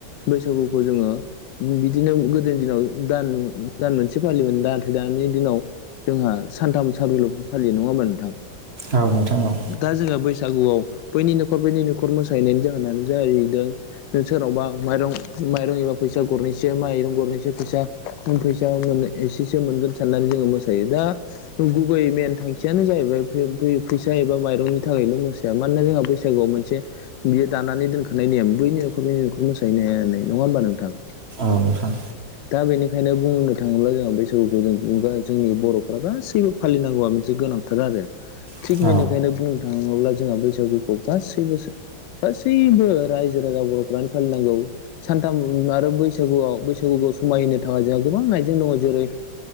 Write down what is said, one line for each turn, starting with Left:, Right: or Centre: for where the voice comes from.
Left: बैसागुखौ जोङो बिदिनो गोदोनि दिनाव दान दान मोनसे एसे फालियोमोन नाथाय दानि दिनाव जोंहा सानथाम साब्रैल' फालियो नङामोन नोंथां
Right: औ नोंथां औ
Left: दा जोङो बैसागुआव बैनि नखर बैनि न'खर मोसाहैनायनि जाहोनानो जाहैदों ओ सोरनावबा माइरं माइरं एबा फैसा गरनैसै माइरं गरनैसै फैसा फैसा मोनो एसेसो मोनगोन साननानै जोङो मोसायो दा गुबै मेन थांखियानो जाहैबाय फै-फैसा एबा माइरंनि थाखायल' मोसानाय मानोना जोंहा बैसागुआव मोनसे बियो दानानै दोनखानाय नेम बैनि न'खरनि न'खर मोसाहैनाया नङा होमबा नोंथां।
Right: औ नोंथां।
Left: दा बेनिखायनो बुंनो थाङोब्ला जोंहा बैसागुखौ जों बा जोंनि बर'फ्रा गासैबो फालिनांगौआ मोनसे गोनांथार आरो। थिग
Right: औ
Left: बेनिखायनो बुंनो थाङोब्ला जोंहा बैसागुखौ गासैबो गासैबो रायजो राजा बर'फ्रानो फालिनांगौ सानथाम आरो बैसागुआव बैसागुखौ समायहो थाखाय जोंहा गोबां आइजें दङ' जेरै